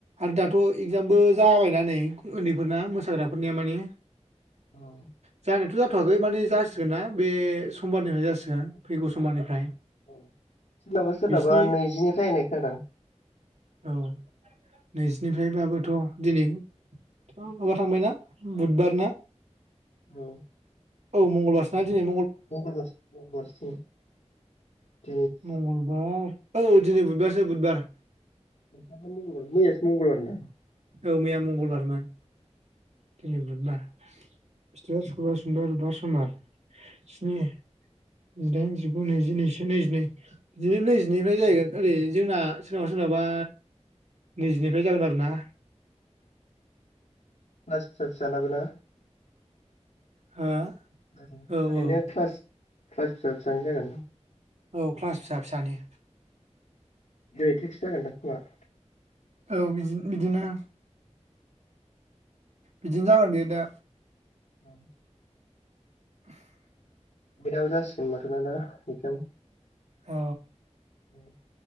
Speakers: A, on the right; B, on the left.
A: आरो दाथ' एगजामबो जाबायना नै उन्दैफोरना मोसाग्राफोरनिया माने
B: औ
A: जानायाथ' जाथ'वाखै माने जासिगोन ना बे समबारनिफ्राय
B: जासिगोन दां
A: फैगौ समबारनिफ्राय
B: औ सोरनाबा सोरनाबा
A: बिसिनि
B: नैजिनिफ्राय होननाय खोनादां
A: औ नैजिनिफ्रायबाबोथ' दिनै थ' माबा थांबायना बुधबार ना
B: औ
A: औ मंगलबार सोना दि दिनै
B: मंगलबार मंगलबारसो खोमा
A: मंगलबार औ दिनै बुधबारसो बुधबार
B: बुधबार ना मंगलबार मैयासे मंगलबार दा
A: औ मैया मंगलबारमोन दिनै बुधबार बिस्थिबार सुक्रबार सुनिबार रुबबार समबार स्नि जिदाइन जिगु नैजि नैजिसे नैजिनै बिदिनो नैजिनैनिफ्राय जाहैगोन ओरै जोंना सोरनाबा सोरनाबा नैजिनिफ्राय जागोन आरो ना
B: क्लास फिसा फिसानाबो ना
A: हो
B: ओरैनो
A: औ औ
B: ओरैनो क्लास क्लास फिसा फिसानि जागोन दां
A: औ क्लास फिसा फिसानि
B: दिनै थेक्स जागोन दां खोमा
A: औ बिदि बिदिनो बिदिनो जागोन बे दा
B: औ
A: <unintelligible>
B: बेनाबो जासिगोन होबाथ' ना दा एकजाम
A: औ
B: औ